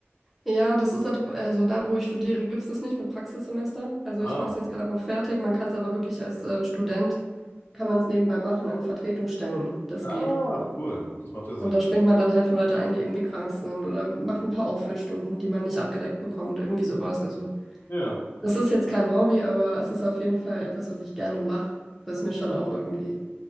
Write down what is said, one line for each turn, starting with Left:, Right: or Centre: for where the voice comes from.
Centre: Ja, das ist halt, also da, wo ich studiere, gibt es das nicht mit Praxissemester. Also
Left: Ah,
Centre: ich mache
Left: okay.
Centre: es jetzt gerade noch fertig. Man kann es aber wirklich als äh, Student, kann man es nebenbei machen an Vertretungsstellen. Das
Left: Ah,
Centre: geht.
Left: cool. Das macht ja Sinn.
Centre: Und da springt man dann halt für Leute ein, die irgendwie krank sind oder macht ein paar Auffüllstunden, die man nicht abgedeckt bekommt, irgendwie sowas. Also
Left: Ja.
Centre: das ist jetzt kein Hobby, aber es ist auf jeden Fall etwas, was ich gerne mache, was mir schon auch irgendwie